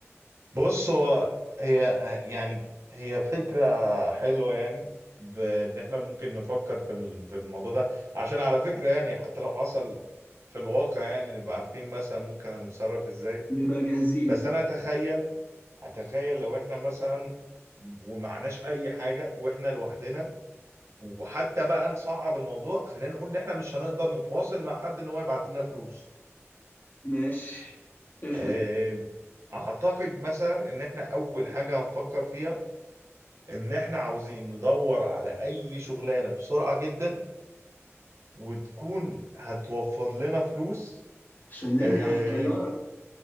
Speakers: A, on the right; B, on the left.
A: بص هو هي يعني هي فكرة حلوة يعني بان احنا ممكن نفكر في ال- في الموضوع ده عشان على فكرة يعني حتى لو حصل في الواقع يعني نبقى عارفين مثلا ممكن هنتصرف ازاي
B: نبقى جاهزين
A: بس انا اتخيل اتخيل لو احنا مثلا ومعناش اي حاجة واحنا لوحدنا وحتى بقى نصعب الموضوع خلينا نقول ان احنا مش هنقدر نتواصل مع حد ان هو يبعت لنا فلوس
B: ماشي افرض
A: آه، اعتقد مثلا ان احنا اول حاجة هنفكر فيها ان احنا عاوزين ندور على اي شغلانة بسرعة جدا وتكون هتوفر لنا فلوس
B: عشان نرجع
A: آه،
B: في الطيارة